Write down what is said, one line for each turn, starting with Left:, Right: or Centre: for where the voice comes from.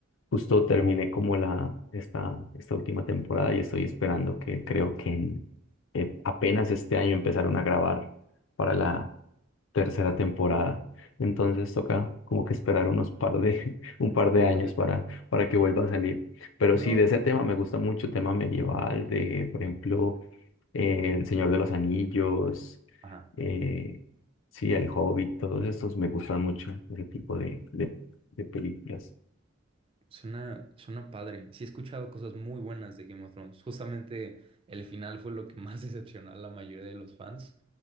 Left: Justo terminé como la, esta, esta última temporada y estoy esperando que creo que en- eh, apenas este año empezaron a grabar para la tercera temporada. Entonces toca como que esperar unos par de, <laughs> un par de
Right: Uy,
Left: años para, para que vuelva a salir. Pero
Right: no.
Left: sí, de ese tema me gusta mucho, tema medieval, de, por ejemplo, eh, El Señor de los Anillos,
Right: Ajá,
Left: eh, sí, El Hobbit, todos estos me gustan mucho, ese tipo de, de, de películas.
Right: suena, suena padre. Sí he escuchado cosas muy buenas de Game of Thrones. Justamente el final fue lo que más <laughs> decepcionó a la mayoría de los fans